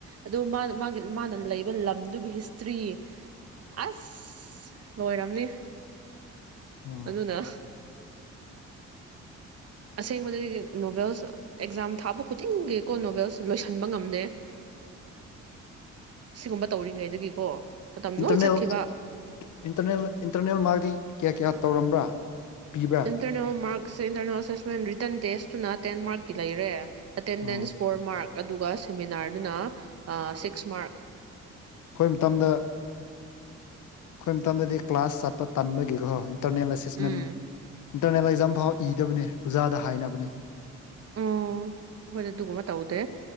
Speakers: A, on the right; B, on the left.
A: ꯑꯗꯨ ꯃꯥ ꯃꯥꯒꯤ ꯃꯥꯅ ꯂꯩꯕ ꯂꯝꯗꯨꯒꯤ ꯍꯤꯁꯇ꯭ꯔꯤ ꯑꯁ ꯂꯣꯏꯔꯝꯅꯤ
B: ꯎꯝ
A: ꯑꯗꯨꯅ ꯑꯁꯦꯡꯕꯗꯗꯤ ꯅꯣꯚꯦꯜꯁ ꯑꯦꯛꯖꯥꯝ ꯊꯥꯕ ꯈꯨꯗꯤꯡꯒꯤꯀꯣ ꯅꯣꯚꯦꯜꯁ ꯂꯣꯏꯁꯤꯟꯕ ꯉꯝꯗꯦ ꯁꯤꯒꯨꯝꯕ ꯇꯧꯔꯤꯉꯩꯗꯒꯤꯀꯣ ꯃꯇꯝ
B: ꯏꯟꯇꯔꯅꯦꯜ
A: ꯂꯣꯏ ꯆꯠꯈꯤꯕ
B: ꯏꯟꯔꯅꯦ ꯏꯟꯇꯔꯅꯦꯜ ꯃꯥꯗꯤ ꯀꯌꯥ ꯀꯌꯥ ꯇꯧꯔꯝꯕ꯭ꯔꯥ ꯄꯤꯕ꯭ꯔꯥ
A: ꯑꯦꯇ꯭ꯔꯅ ꯃꯥ ꯏꯟꯇꯔꯅꯦꯜꯁꯦꯁꯦꯟ ꯔꯤꯇꯔꯟ ꯇꯦꯁꯇꯨꯅ ꯇꯦꯟ ꯃꯥꯔꯛꯀꯤ ꯂꯩꯔꯦ ꯑꯇꯦꯟꯗꯦꯟꯁ
B: ꯎꯝ
A: ꯐꯣꯔ ꯃꯥꯔꯛ ꯑꯗꯨꯒ ꯁꯦꯃꯤꯅꯥꯔꯗꯨꯅ ꯁꯤꯛꯁ ꯃꯥꯔꯛ
B: ꯑꯩꯈꯣꯏ ꯃꯇꯝꯗ ꯍꯣꯏ ꯃꯇꯝꯗꯗꯤ ꯀ꯭ꯂꯥꯁ ꯆꯥꯠꯄ ꯇꯥꯟꯕꯒꯤꯒꯣꯣꯏ ꯇꯔꯅꯦꯂꯥꯏꯁꯤꯁꯃꯦꯟ
A: ꯎꯝ
B: ꯏꯟꯇꯔꯅꯦꯜ ꯑꯦꯛꯖꯥꯝ ꯐꯥꯎ ꯏꯗꯕꯅꯤ ꯑꯣꯖꯥꯗ ꯍꯥꯏꯅꯕꯅꯤ
A: ꯑꯣ ꯑꯩꯈꯣꯏꯗ ꯑꯗꯨꯒꯨꯝꯕ ꯇꯧꯗꯦ